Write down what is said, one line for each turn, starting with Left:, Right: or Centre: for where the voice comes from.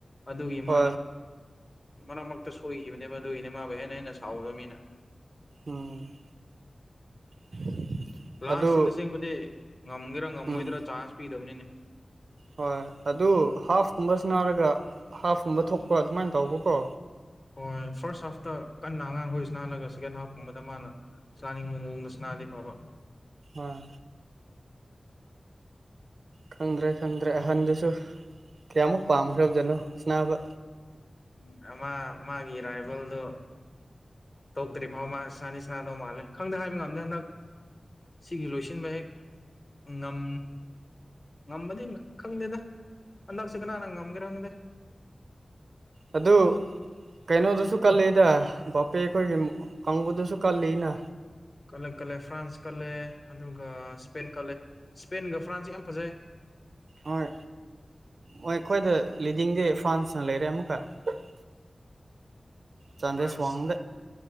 Left: ꯑꯗꯨꯒꯤ
Right: ꯍꯣꯏ
Left: ꯃꯥꯗꯣ ꯃꯔꯛ ꯃꯔꯛꯇ ꯁꯣꯏꯈꯤꯕꯅꯦꯕ ꯑꯗꯨꯒꯤꯅꯦ ꯃꯥ ꯀꯣꯢꯍꯦꯟ ꯍꯦꯟꯅ ꯁꯥꯎꯔꯝꯅꯤꯅ
Right: ꯎꯝ <unintelligible>
Left: ꯂꯥꯁꯁꯤꯡꯅ
Right: ꯑꯗꯨ
Left: ꯆꯦꯟꯕꯗꯤ ꯉꯝꯒꯦꯔꯥ ꯉꯝꯃꯣꯏꯗ꯭ꯔꯥ
Right: ꯎꯝ
Left: ꯆꯥꯟꯁ ꯄꯤꯗꯕꯅꯤꯅꯦ
Right: ꯍꯣꯏ ꯑꯗꯨ ꯍꯥꯐ ꯀꯨꯝꯕ ꯁꯟꯅꯥꯔꯒ ꯍꯥꯐ ꯀꯨꯝꯕ ꯊꯣꯛꯄ ꯑꯗꯨꯃꯥꯏ ꯇꯧꯕꯀꯣ
Left: ꯍꯣꯏ ꯐꯥꯔꯁ ꯍꯥꯐꯇ ꯀꯟꯅ ꯑꯉꯥꯡꯈꯣꯏ ꯁꯥꯅ ꯍꯜꯂꯒ ꯁꯦꯀꯦꯟ ꯍꯥꯐꯀꯨꯝꯕꯗ ꯃꯥꯅ ꯁꯥꯟꯅꯤꯡꯕ ꯃꯑꯣꯡꯗ ꯁꯥꯅꯔꯗꯤ ꯐꯕ
Right: ꯑꯥ ꯈꯪꯗ꯭ꯔꯦ ꯈꯪꯗ꯭ꯔꯦ ꯑꯍꯟꯗꯨꯁꯨ ꯀ꯭ꯌꯥꯃꯨꯛ ꯄꯥꯝꯈ꯭ꯔꯕ ꯖꯠꯅꯣ ꯁꯟꯅꯥꯕ
Left: ꯎꯝ ꯑꯃ ꯃꯥꯒꯤ ꯔꯥꯏꯕꯜꯗꯣ ꯇꯣꯛꯇ꯭ꯔꯤ ꯐꯥꯎ ꯃꯥ ꯁꯥꯟꯗꯤ ꯁꯥꯅꯗꯧ ꯃꯥꯜꯂꯦ ꯈꯪꯗꯦ ꯍꯥꯏꯕ ꯉꯝꯗꯦ ꯍꯟꯗꯛ ꯁꯤꯒꯤ ꯂꯣꯏꯁꯤꯟꯕ ꯍꯦꯛ ꯉꯝ ꯉꯝꯕꯗꯤ ꯉꯝ ꯈꯪꯗꯦꯗ ꯍꯟꯗꯛꯁꯦ ꯀꯅꯥꯅ ꯉꯝꯒꯦꯔ ꯈꯪꯗꯦ
Right: ꯑꯗꯨ ꯀꯩꯅꯣꯗꯨꯁꯨ ꯀꯜꯂꯤꯗ ꯕꯥꯄꯦ ꯈꯣꯏꯒꯤ ꯀꯥꯡꯕꯨꯗꯨꯁꯨ ꯀꯜꯂꯤꯅ
Left: ꯀꯜꯂꯦ ꯀꯜꯂꯦ ꯐ꯭ꯔꯥꯟꯁ ꯀꯜꯂꯦ ꯑꯗꯨꯒ ꯁ꯭ꯄꯦꯟ ꯀꯠꯂꯦ ꯁ꯭ꯄꯦꯟꯒ ꯐ꯭ꯔꯥꯟꯁꯦ ꯌꯥꯝ ꯐꯖꯩ
Right: ꯍꯣꯏ ꯍꯣꯏ ꯈꯣꯏꯗ ꯂꯤꯗꯤꯡꯗꯤ ꯐ꯭ꯔꯥꯟꯁꯅ ꯂꯩꯔꯦ ꯑꯃꯨꯛꯀ <unintelligible> ꯆꯥꯟꯗꯦꯁ
Left: ꯐ꯭ꯔꯥꯟꯁ
Right: ꯋꯥꯡꯗ